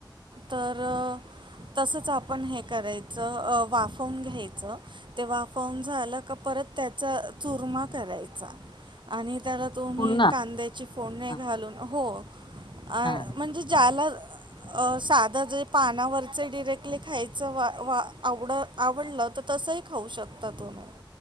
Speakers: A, on the right; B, on the left.
A: तर तसंच आपण हे करायचं वाफवून घ्यायचं. ते वाफवून झालं का परत त्याचा चुरमा करायचा. आणि त्याला तुम्ही
B: पुन्हा
A: कांद्याची फोडणे
B: हा
A: घालून हो. आ
B: हा
A: म्हणजे ज्याला अ साधं जे पानावरचे डिरेक्टली खायचं वा वा आवड आवडलं तर तसंही खाऊ शकता तुम्ही.